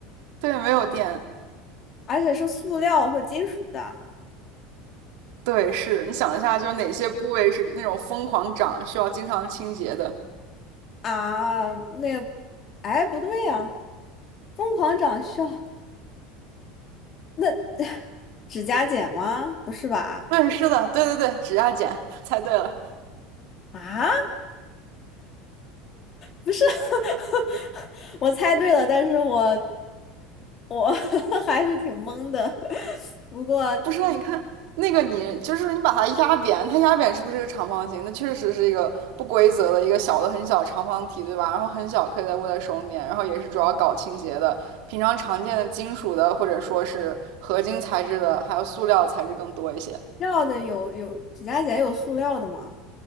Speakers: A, on the right (about 60°); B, on the left (about 25°).
A: 对，没有电。
B: 而且是塑料或金属的
A: 对，是你想一下，就是哪些部位是那种疯狂长，需要经常清洁的？
B: 啊？那，哎，不对呀、疯狂长笑，<laughs> 那指甲剪吗？不是吧？
A: 对，是的，对对对，指甲剪，<laughs> 猜对了。
B: 啊？不是，<laughs> 我猜对了，但是我我 <laughs> 还是挺懵的。<laughs> 不过
A: 不是啊，你看那个你，就是你把它压扁，它压扁是不是一个长方形？那确实是一个不规则的一个小的很小的长方体，对吧？然后很小，可以在握在手里面，然后也是主要搞清洁的。平常常见的金属的，或者说是合金材质的，还有塑料材质更多一些。
B: 绕的有有指甲剪有塑料的吗？